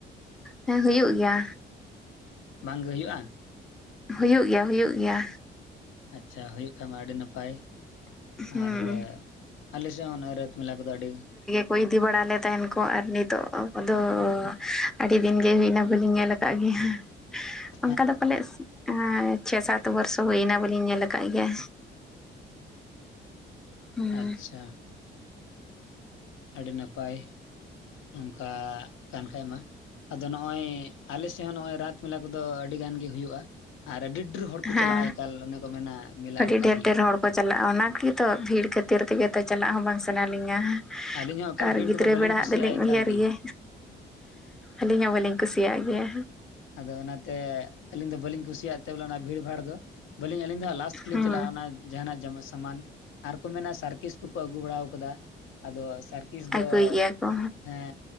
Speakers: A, in the centre; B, on the left.
A: ᱦᱮᱸ ᱦᱩᱭᱩᱜ ᱜᱮᱭᱟ
B: ᱵᱟᱝᱜᱮ ᱦᱩᱭᱩᱜ-ᱟ
A: ᱦᱩᱭᱩᱜ ᱜᱮᱭᱟ ᱦᱩᱭᱩᱜ ᱜᱮᱭᱟ
B: ᱟᱪᱷᱟ ᱦᱩᱭᱩᱜ ᱠᱷᱟᱱᱢᱟ ᱟᱹᱰᱤ ᱱᱟᱯᱟᱭ
A: ᱦᱩᱸ
B: ᱟᱨ ᱟᱞᱮ ᱥᱮᱫ ᱦᱚᱸ ᱨᱟ. ᱛ ᱢᱮᱞᱟ ᱠᱚᱫᱚ ᱟᱹᱰᱤ
A: ᱦᱳᱭ ᱤᱫᱤ ᱵᱟᱲᱟᱞᱮ ᱛᱟᱦᱮᱱ ᱠᱚ ᱟᱨ ᱱᱤᱛᱚᱜ ᱠᱚᱫᱚ ᱟᱹᱰᱤ ᱫᱤᱱ ᱜᱮ ᱦᱩᱭᱱᱟ ᱵᱞᱤᱧ ᱧᱮᱞ ᱟᱠᱟᱫ ᱜᱮᱭᱟ
B: <inaudible>
A: ᱚᱱᱠᱟ ᱫᱚ ᱯᱟᱞᱮᱫ ᱪᱷᱮ ᱥᱟᱛ ᱵᱚᱨᱥᱚ ᱦᱩᱭᱱᱟ ᱵᱚᱞᱤᱧ ᱧᱮᱞ ᱟᱠᱟᱫ ᱜᱮᱭᱟ ᱦᱩᱸ
B: ᱟᱪᱷᱟ ᱟᱹᱰᱤ ᱱᱟᱯᱟᱭ ᱱᱚᱝᱠᱟ ᱠᱟᱱ ᱠᱷᱟᱡ ᱢᱟ ᱟᱫᱚ ᱱᱚᱜᱼᱚᱭ ᱟᱞᱮᱥᱮᱫ ᱦᱚᱸ ᱱᱚᱜᱼᱚᱭ ᱨᱟᱛ ᱢᱮᱞᱟ ᱠᱚᱫᱚ ᱟᱹᱰᱤ ᱜᱟᱱ ᱜᱮ ᱦᱩᱭᱩᱜᱼᱟ ᱟᱨ ᱟᱹᱰᱤ ᱰᱮᱨ ᱦᱚᱲ
A: ᱦᱮᱸ
B: ᱠᱚ ᱪᱟᱞᱟᱜᱼᱟ ᱮᱠᱟᱞ ᱚᱸᱰᱮ ᱠᱚ ᱢᱮᱱᱟ ᱢᱮᱞᱟ
A: ᱟᱹᱰᱤ
B: ᱞᱮᱠᱟᱜᱮ
A: ᱰᱷᱮᱨ ᱰᱷᱮᱨ ᱦᱚᱲ ᱚᱱᱟ ᱠᱤᱛᱚ ᱵᱷᱤᱲ ᱠᱷᱟᱹᱛᱤᱨ ᱛᱮᱜᱮ ᱛᱚ ᱪᱟᱞᱟᱜ ᱦᱚᱸ ᱵᱟᱝ ᱥᱟᱱᱟ ᱞᱤᱧᱟᱹ
B: ᱟᱹᱞᱤᱧ ᱦᱚᱸ ᱮᱠᱟᱞ
A: ᱟᱨ
B: ᱵᱷᱤᱲ
A: ᱜᱤᱫᱽᱨᱟᱹ
B: ᱠᱚᱫᱚ ᱵᱟᱹᱞᱤᱧ
A: ᱵᱮᱲᱟ
B: ᱠᱩᱥᱤᱭᱟᱜᱼᱟ
A: ᱟᱜ ᱫᱚᱞᱤᱧ
B: ᱮᱠᱟᱞ
A: ᱩᱭᱦᱟᱹᱨ ᱜᱮ᱾ ᱟᱹᱞᱤᱧ ᱦᱚᱸ ᱵᱟᱹᱞᱤᱧ ᱠᱩᱥᱤᱭᱟᱜ ᱜᱮᱭᱟ᱾
B: ᱟᱫᱚ ᱚᱱᱟᱛᱮ ᱟᱹᱞᱤᱧ ᱫᱚ ᱵᱟᱹᱞᱤᱧ ᱠᱩᱥᱤᱭᱟᱜ ᱛᱮ ᱵᱚᱞᱮ ᱚᱱᱟ ᱵᱷᱤᱲᱵᱷᱟᱲ ᱫᱚ, ᱵᱟᱹᱞᱤᱧ ᱟᱹᱞᱤᱧ ᱫᱚ ᱞᱟᱥ
A: ᱦᱩᱸ
B: ᱞᱤᱧ ᱪᱟᱞᱟᱜᱼᱟ ᱚᱱᱟ ᱡᱟᱦᱟᱱᱟᱜ ᱡᱟᱢᱟ ᱥᱟᱢᱟᱱ ᱟᱨ ᱠᱚ ᱢᱮᱱᱟ ᱥᱟᱨᱠᱤᱥ ᱠᱚᱠᱚ ᱟᱹᱜᱩ ᱵᱟᱲᱟ ᱟᱠᱟᱫᱟ ᱟᱫᱚ ᱥᱟᱨᱠᱤᱥ ᱫᱚ
A: ᱟᱹᱜᱩᱭ ᱜᱮᱭᱟ ᱠᱚ
B: ᱦᱮᱸ